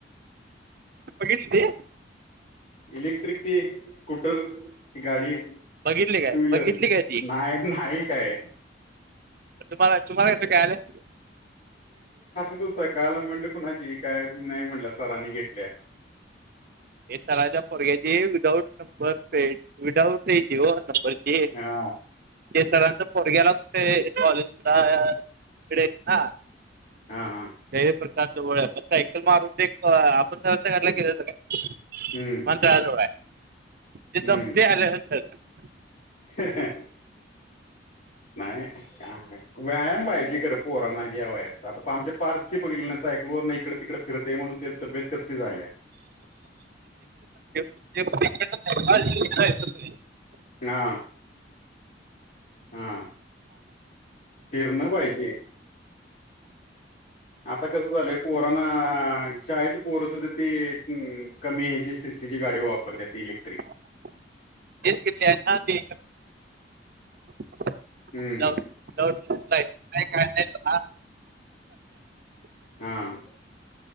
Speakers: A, on the right; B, on the left.
A: बघितली?
B: इलेक्ट्रिक ती, स्कूटर गाडी टू
A: बघितली काय
B: व्हीलर,
A: बघितली काय ती
B: नाही नाही काय
A: तुम्हाला तुम्हाला कसं कळालं?
B: <unintelligible> कळालं म्हणलं कुणाची काय नाय म्हणला सरांनी घेतल्या.
A: हे सराच्या पोरग्याची, विदाउट नंबर प्लेट विदाउट ए जीओ नंबर ये
B: हा
A: ये सर पोरग्याला कुठे कॉलेजला इकडे य ना
B: हा हा
A: जे वी प्रसाद जवळ आहे, सायकल मारून ते आपण सरांच्या घराला गेलेलो का? <unintelligible>
B: हम्म हम्म <unintelligible> नाही, व्यायाम पाहिजे खरं पोरांना या वयात आता आमच्या पार्थची बघितली ना सायकलवर नाही इकडे तिकडे फिरतेय म्हणून ते तब्येत कस झाल्या.
A: <unintelligible>
B: ना हा, फिरणं पाहिजे. आता कसं झालंय पोराना शाळेतली पोर सुध्दा ती कमी ह्याची हेजी गाडी वापरतात इलेक्ट्रिक.
A: <inaudible> दे ते त्यांना दे. <inaudible>
B: हम्म
A: जाऊ दे जाऊ सांगतायेत नाही काय नाही बघा <unintelligible>
B: हां